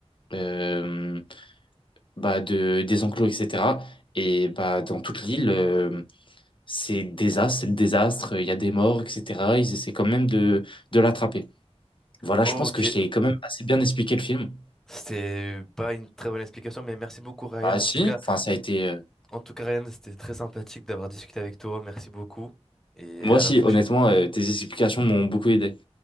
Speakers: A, on the left; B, in the centre.
A: euh, bah, de, des enclos, etc. Et bah, dans toute l'île, euh, c'est désastre, c'est le désastre, il y a des morts, etc. Ils essaient quand même de, de l'attraper. Voilà,
B: Ok.
A: je pense que je t'ai quand même assez bien expliqué le film.
B: C'était pas une très bonne explication, mais merci beaucoup, Ryan.
A: Bah
B: En
A: si,
B: tout cas,
A: enfin ça a été... euh,
B: en tout cas, Ryan, c'était très sympathique d'avoir discuté avec toi. Merci beaucoup. Et
A: Moi
B: à
A: si,
B: la prochaine.
A: honnêtement, euh, tes explications m'ont beaucoup aidé.